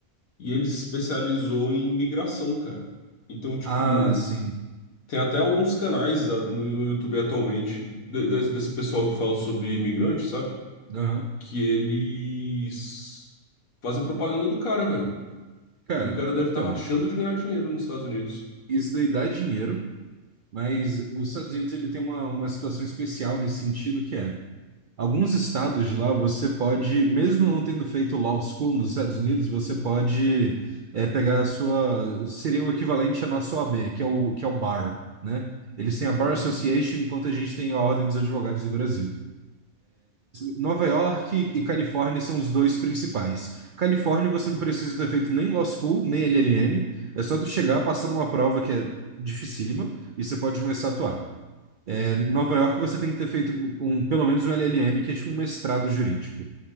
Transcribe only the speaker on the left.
e ele se especializou em migração, cara. Então, tipo,
tem até alguns canais da- no, no YouTube atualmente de- desse, desse pessoal que fala sobre imigrante, sabe?
Que eles fazem propaganda do cara, velho.
E o cara deve
estar rachando de ganhar dinheiro nos Estados Unidos.
Aham,